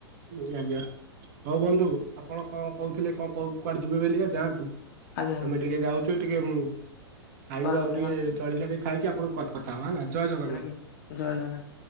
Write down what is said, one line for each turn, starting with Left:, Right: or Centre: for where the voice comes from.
Right: ଆଜ୍ଞା। ହଉ ବନ୍ଧୁ ଆପଣ କଣ କହୁଥିଲେ କଣ କ କୁଆଡେ ଯିବେ ବୋଲିବା ଯାଆନ୍ତୁ।
Left: ଆଜ୍ଞା ଆଜ୍ଞା
Right: ଆମେ
Left: ଆଜ୍ଞା
Right: ଟିକେ ଯାଉଛୁ ଟିକେ ଖାଇବୁ
Left: ପରେ
Right: ଆଉ
Left: କଥା
Right: ଟିକେ
Left: ହବା
Right: ଜଳିଖିଆ ଖାଇକି ଆପଣ କ କଥା ହେବା ହେଲା ଜୟ ଜଗନ୍ନାଥ।
Left: ଆଜ୍ଞା ଜୟ ଜଗନ୍ନାଥ।